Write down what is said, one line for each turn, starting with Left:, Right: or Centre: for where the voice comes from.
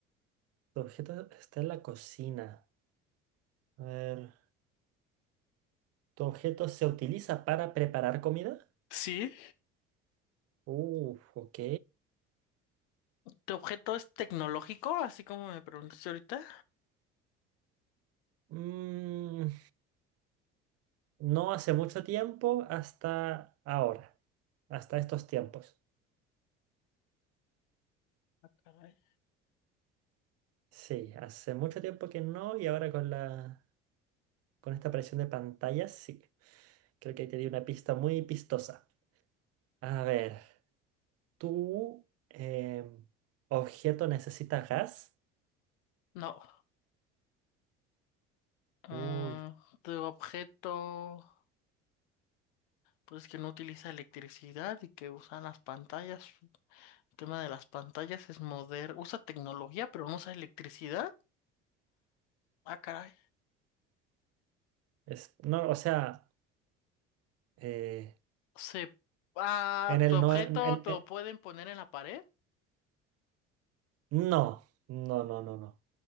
Right: tu objeto está en la cocina. A ver, ¿tu objeto se utiliza para preparar comida?
Left: Sí.
Right: Uf, ok.
Left: ¿Tu objeto es tecnológico? Así como me preguntaste ahorita.
Right: Mm, no hace mucho tiempo hasta ahora, hasta estos tiempos.
Left: Caray.
Right: Sí, hace mucho tiempo que no y ahora con la, con esta aparición de pantallas, sí. Creo que ahí te di una pista muy pistosa. A ver, ¿tu em, objeto necesita gas?
Left: No. Ah,
Right: Uy,
Left: tu objeto. Pues que no utiliza electricidad y que usan las pantallas. El tema de las pantallas es moderno. Usa tecnología, pero no usa electricidad. Ah, caray.
Right: es, no, o sea, eh,
Left: Se... Ah,
Right: en el
Left: tu objeto
Right: no, en- en-
Left: te
Right: en-
Left: lo pueden poner en la pared.
Right: no, no, no, no, no.